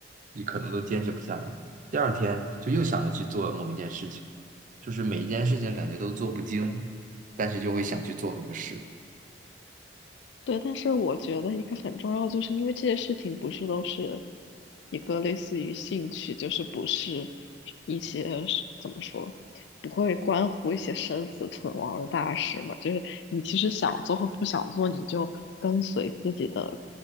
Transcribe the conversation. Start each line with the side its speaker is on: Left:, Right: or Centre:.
Right: 也可能都坚持不下来。第二天就又想着去做某一件事情，就是每一件事情感觉都做不精，但是就会想去做很多事。
Left: 对，但是我觉得一个很重要，就是因为这些事情不是都是一个类似于兴趣，就是不是一些是怎么说，不会关乎一些生死存亡的大事嘛。就是你其实想做或不想做，你就跟随自己的